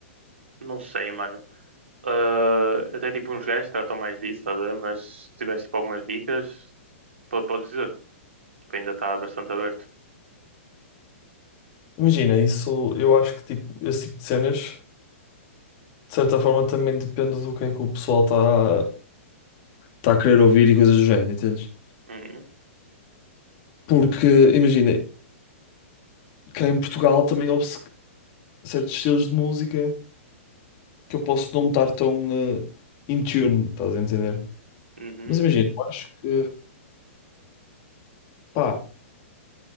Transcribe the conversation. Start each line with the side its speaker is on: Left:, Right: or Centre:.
Right: Não sei, mano. Ah, até tipo uns gajos que tratam mais disso, tá a ver? Mas se tiveres tipo algumas dicas, po- podes dizer. Tipo, ainda está bastante aberto.
Left: Imagina, isso, eu acho que, tipo, esse tipo de cenas, de certa forma, também depende do que é que o pessoal está tá tá a querer ouvir e coisas do género, entendes?
Right: Uhum,
Left: Porque, imagina, cá em Portugal também houve se- certos estilos de música que eu posso não estar tão eh, in tune, estás a entender?
Right: uhum,
Left: Mas imagina,
Right: uhum,
Left: eu acho que, pá.